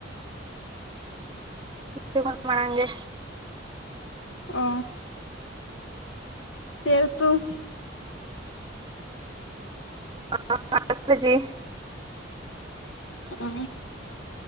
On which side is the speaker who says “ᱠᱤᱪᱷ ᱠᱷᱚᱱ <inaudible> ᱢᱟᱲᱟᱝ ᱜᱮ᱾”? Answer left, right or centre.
Right